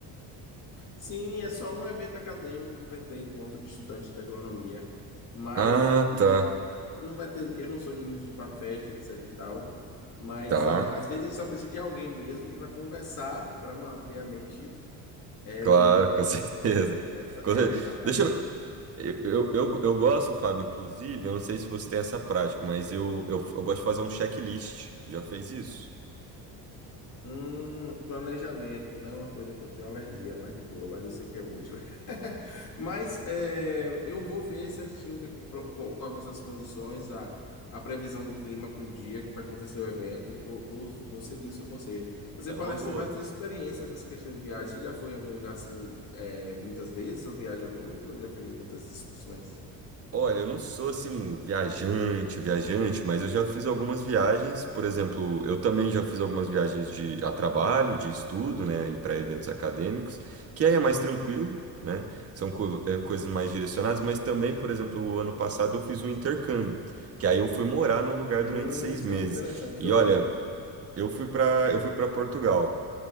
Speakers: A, on the left; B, on the right.
A: Sim, é só um evento acadêmico que vai ter encontro de estudante de agronomia, mas
B: Ah,
A: eu queria,
B: tá,
A: não vai ter, eu não sou de muito de ir para festa, etc e tal, mas
B: tá.
A: é, às vezes a gente só precisa de alguém mesmo para conversar, para manter a mente é,
B: Claro,
A: limpa,
B: com <laughs> certeza.
A: né? Exa-
B: Com
A: é,
B: certeza.
A: exatamente.
B: Deixa eu. Eu, eu, eu, eu gosto, Fábio, inclusive, eu não sei se você tem essa prática, mas eu, eu, eu gosto de fazer um checklist. Já fez isso?
A: Hum, planejamento não é uma coisa que eu tenho alergia, mas de boa, mas eu sei que é útil. <laughs> Mas é, eu vou ver certinho o que, é que eu pro- co- quais essas condições, a, a previsão do clima para o dia que vai acontecer o evento. Vou, vou, vou seguir o seu conselho. Você
B: É
A: parece
B: uma boa.
A: ter bastante experiência com essa questão de viagem. Você já foi em algum lugar assim, é, muitas vezes, ou viaja muito, ou já fez muitas discussões?
B: Olha, eu não sou assim um viajante, viajante, mas eu já fiz algumas viagens. Por exemplo, eu também já fiz algumas viagens de a trabalho, de estudo, né, e para eventos acadêmicos, que aí é mais tranquilo, né? São co- eh, coisas mais direcionadas, mas também, por exemplo, o ano passado eu fiz um intercâmbio, que aí eu fui morar num lugar
A: Hum,
B: durante seis
A: isso
B: meses.
A: é muito interessante.
B: E
A: Foi
B: olha,
A: para onde?
B: eu fui para eu fui para Portugal.